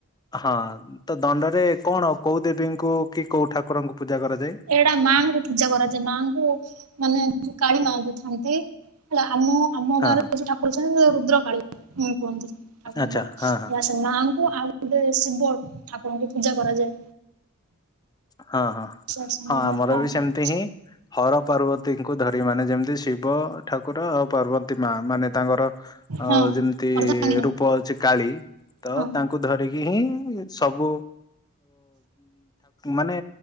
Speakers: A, on the left; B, on the right.
A: ହଁ ତ ଦଣ୍ଡରେ କଣ କୋଉ ଦେବୀଙ୍କୁ କି କୋଉ ଠାକୁରଙ୍କୁ ପୂଜା କରାଯାଏ?
B: ଏଇଟା ମାଙ୍କୁ ପୂଜା କରାଯାଏ ମାଙ୍କୁ ମାନେ ଯ କାଳିୀ ମା ଯଥାନ୍ତି। ହେଲା ଆମ ଆମ
A: ହଁ
B: ଗାଁରେ
A: ହଁ
B: ଯୋଉ ଠାକୁର ଅଛନ୍ତି ରୁଦ୍ରକାାଳୀ କୁହନ୍ତି ଠାକୁରଙ୍କୁ।
A: ଆଚ୍ଛା ହଁ ହଁ
B: ସେ ମାଆଙ୍କୁ ଆଉ ଗୋଟେ ଶିବ ଠାକୁରଙ୍କୁ ପୂଜା କରାଯାଏ।
A: ହଁ ହଁ।
B: <unintelligible>
A: ହଁ ଆମର ବି ସେମିତି ହିଁ ହର ପାର୍ବତ ଙ୍କୁ ଧରି ମାନେ ଯେମିତି ଶିବ ଠାକୁର ଆଉ ପାର୍ବତୀ ମା ମାନେ ତାଙ୍କର ଅ
B: ହଁ
A: ଯେମିତି
B: ଅର୍ଦ୍ଧାଙ୍ଗିନୀ
A: ରୂପ ଅଛି କାଳୀ ତ
B: ହଁ
A: ତାଙ୍କ କୁ ଧରିକି ହିଁ ସବୁ ମାନେ